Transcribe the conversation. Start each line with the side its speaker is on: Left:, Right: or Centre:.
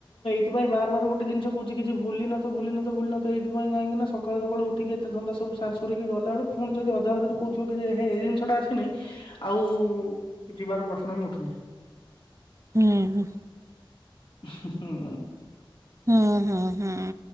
Left: ସେଥିପାଇ ବାର ବାର ଗୋଟେ ଜିନିସ୍ କହୁଛି କିଛି ଭୁଲିନଥିବ ଭୁଲିନଥିବ ଭୁଲିନଥି ସେଇଥିପାଇଁ କାହିଁକି ନା ସକାଳୁ ସକାଳୁ ଉଠିକି ଏତେ ଧନ୍ଦା ସବୁ ସାରି ସରିକି ଗଲାବେଳୁ ପୁଣି ଯଦି ଅଧା କହୁଥିବ କି ଯେ ହେ ଏଇ ଜିନିଷଟା ଆସିନି ଆଉ ଯିବାର ପ୍ରଶ୍ନ ହି ଉଠୁନି।
Right: ହୁଁ
Left: ହୁଁ
Right: ହଁ ହଁ ହଁ